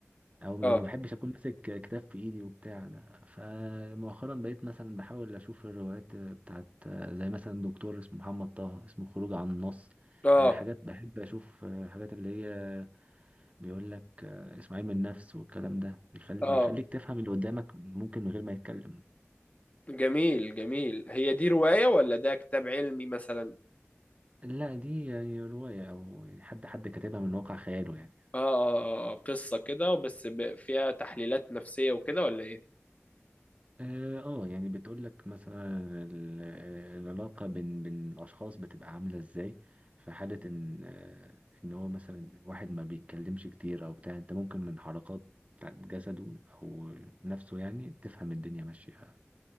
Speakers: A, on the right; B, on the left.
A: او
B: اه
A: يعني ما بحبش اكون ماسك كتاب في ايدي وبتاع ده فمؤخرا بقيت مثلا بحاول اشوف الروايات بتاعت زي مثلا دكتور اسمه محمد طه اسمه خروج عن النص
B: اه
A: آه، حاجات بحب اشوف آه، الحاجات اللي هي بيقول لك آه، اسمه علم النفس والكلام ده بيخلي
B: اه
A: بيخليك تفهم اللي قدامك ممكن من غير ما يتكلم
B: جميل جميل هي دي رواية ولا ده كتاب علمي مثلا؟
A: لا دي يعني رواية أو حد حد كاتبها من واقع خياله يعني
B: اه اه اه آه، قصة كده بس ب- فيها تحليلات نفسية وكده ولا ايه؟
A: اه آه، يعني بتقول لك مثلا ال- آه، العلاقة بين بين الأشخاص بتبقى عاملة ازاي في حالة ان آه، ان هو مثلا واحد ما بيتكلمش كتير او بتاع انت ممكن من حركات بتاعت جسده او نفسه يعني تفهم الدنيا ماشية